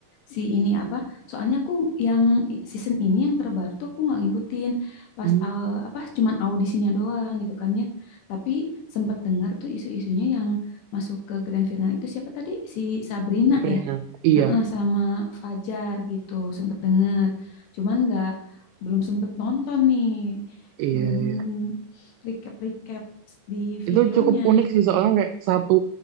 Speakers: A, on the left; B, on the right.
A: Si ini apa? Soalnya aku yang season ini yang terbaru tuh aku nggak ngikutin. Pas
B: Hmm,
A: uh, apa? Cuman audisinya doang gitu kan ya. Tapi sempet dengar tuh isu-isunya yang masuk ke grand final itu siapa tadi? Si Sabrina
B: Sabrina.
A: ya.
B: Iya,
A: Heeh, sama Fajar gitu. Sempet denger. Cuman nggak belum sempet nonton nih.
B: iya,
A: Belum
B: iya.
A: recap-recap di videonya.
B: Itu cukup unik sih soalnya kayak satu